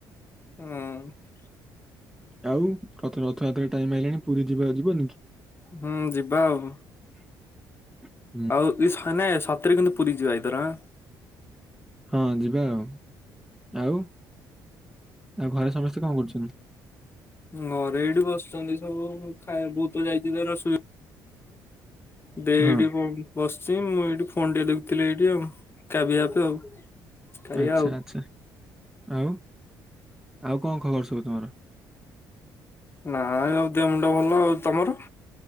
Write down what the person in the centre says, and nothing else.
ଆଉ ରଥ ରଥଯାତ୍ରା ଟାଇମ୍ ହେଲାଣି ପୁରୀ ଯିବା ଯିବନି କି?
<unintelligible>
ହଁ ଯିବା ଆଉ। ଆଉ ଆଉ ଘରେ ସମସ୍ତେ କଣ କରୁଛନ୍ତି?
ହଁ
ଆଚ୍ଛା
ଆଚ୍ଛା, ଆଉ ଆଉ କଣ ଖବର ସବୁ ତୁମର?